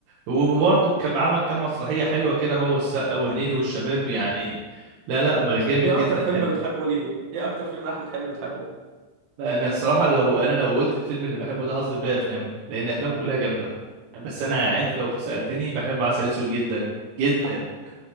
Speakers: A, on the right (about 70°); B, on the right (about 55°).
A: وبرضه كان عمل كام مسرحيه حلوه كده هو والسقا وهنيدي والشباب يعني لا لا ما جامد
B: ايه
A: جدا
B: اكتر فيلم
A: حلو
B: بتحبه ليه ايه اكتر فيلم احمد حلمي بتحبه
A: انا الصراحه لو انا لو قلت الفيلم اللي بحبه ده هظلم بيها افلامه لان افلامه كلها جامده بس انا يعني انت لو سالتني بحب عسل اسود جدا جدا